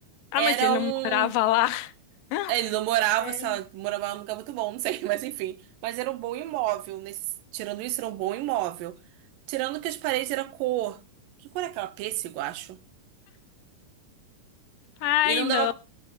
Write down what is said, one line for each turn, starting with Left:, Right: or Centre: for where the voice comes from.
Left: Ah,
Right: Era
Left: mas ele não
Right: um.
Left: morava lá. <laughs>
Right: é, Ele não morava,
Left: É.
Right: sei lá, morava num lugar muito bom, não sei, <laughs> mas enfim. Mas era um bom imóvel. Nesse... Tirando isso, era um bom imóvel. Tirando que as paredes era cor. Que cor é aquela? Pêssego, acho.
Left: Ai,
Right: E não
Left: não.
Right: dava.